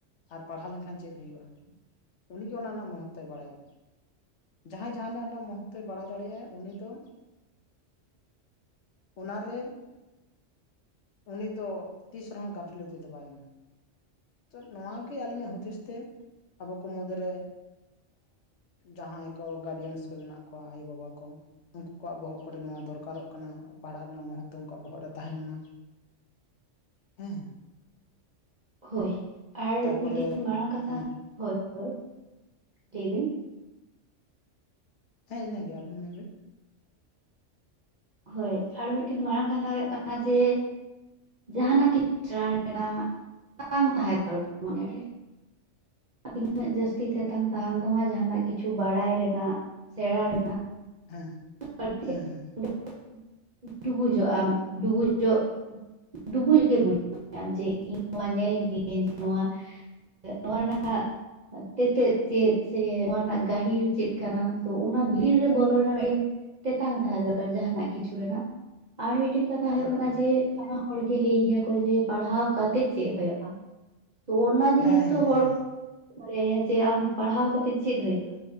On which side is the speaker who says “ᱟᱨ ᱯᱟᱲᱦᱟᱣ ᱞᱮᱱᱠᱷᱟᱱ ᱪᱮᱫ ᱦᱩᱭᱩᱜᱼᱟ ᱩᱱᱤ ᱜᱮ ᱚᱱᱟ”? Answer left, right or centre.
Left